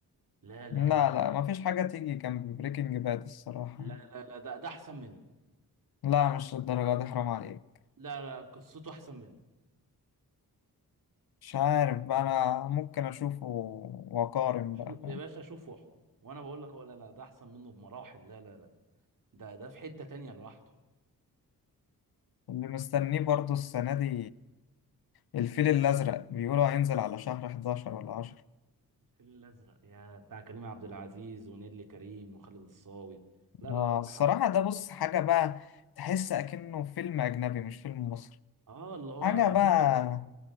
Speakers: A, on the right; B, on the left.
A: لا لا
B: لا
A: لا
B: لا
A: لا
B: ما فيش حاجه تيجي جنب بريكنج باد الصراحه
A: لا لا لا ده ده احسن منه
B: لا مش للدرجه دي حرام عليك
A: لا لا قصته احسن منه
B: مش عارف بقى انا ممكن اشوفه واقارن
A: شو
B: بقى
A: يا باشا شوف واحكم وانا بقول لك أهو، لا لا ده احسن منه بمراحل لا لا لا ده ده في حتة تانية لوحده
B: اللي مستنيه برضو السنة دي الفيل الأزرق بيقولوا هينزل على شهر 11 ولا 10
A: الفيل الازرق يا بتاع كريم عبد العزيز ونيللي كريم وخالد الصاوي لا
B: آه
A: لا لا
B: الصراحة
A: ح-
B: ده بص حاجة بقى تحس أكنه فيلم أجنبي مش فيلم مصري
A: اه اللي هو
B: حاجة بقى
A: بيتر